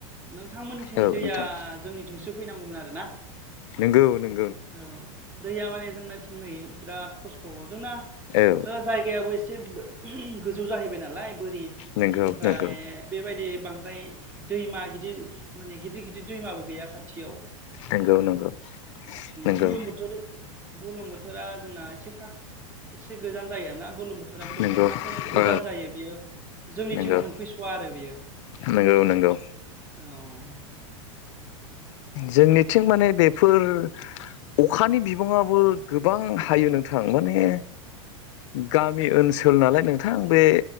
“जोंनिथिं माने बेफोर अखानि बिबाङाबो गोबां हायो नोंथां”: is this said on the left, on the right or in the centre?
Left